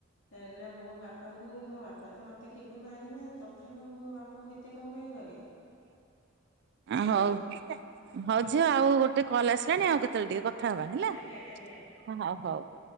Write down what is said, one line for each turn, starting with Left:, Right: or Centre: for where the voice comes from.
Left: ହେଲେ ମୋ ବାପାଙ୍କୁ ମୋ ବାପା ତ ମୋତେ କେବେ ମାରି ନାହାଁ ତ ତଥାପି ମୁଁ ମୋ ବାପାଙ୍କୁ ଏତେ କଣ ପାଇଁ ଡରେ? ସେମିତି
Right: ହଉ। ହଉ
Left: ଆଜ୍ଞା
Right: ଝିଅ ଆଉ ଗୋଟେ କଲ୍ ଆସିଲାଣି ଆଉ କେତେବେଳେ ଟିକେ କଥା ହବା। ହେଲା,
Left: ଆଜ୍ଞା ଆଜ୍ଞା
Right: ହଁ ହଉ ହଉ।